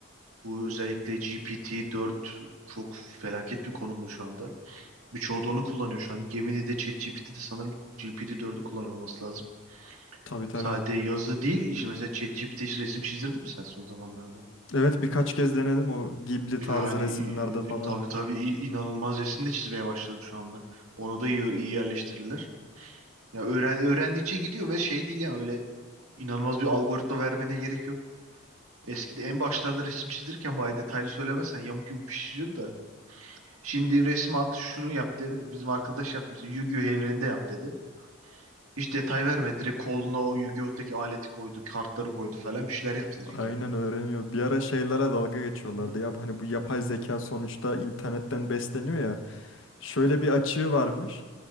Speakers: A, on the right; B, on the left.
A: Bu özellikle GPT-4 çok felaket bir konumda şu anda. Birçoğu da onu kullanıyor şu an. Gemini Gemini'de ChatGPT'de sanırım GPT-4'ü kullanıyor olması lazım.
B: Tabii tabii.
A: Sadece yazı değil, İşte mesela ChatGPT hiç resim çizdirdin mi sen son zamanlarda?
B: Evet birkaç kez denedim o Ghibli
A: Yani
B: tarzı resimlerde falan.
A: e, tabii tabii i- inanılmaz resim de çizmeye başladı şu anda. Onu da iyi, iyi yerleştirirler. Ya öğren, öğrendikçe gidiyor ve şey değil yani öyle inanılmaz bir algoritma vermene gerek yok. Eskide en başlarda resim çizdirirken bayağı detaylı söylemezsen yamuk yumuk bir şey çiziyordu da. Şimdi resim at şunu yap dedi. Bizim arkadaş yapmış. Yu-Gi-Oh evreninde yap dedi. Hiç detay vermedi. Direkt koluna o Yu-Gi-Oh'taki aleti koydu. Kartları koydu falan. Bir şeyler yaptı
B: Aynen
A: direkt yani.
B: öğreniyor. Bir ara şeylere dalga geçiyorlardı.
A: Hı,
B: Ya hani bu yapay zeka sonuçta internetten besleniyor ya. Şöyle bir açığı varmış.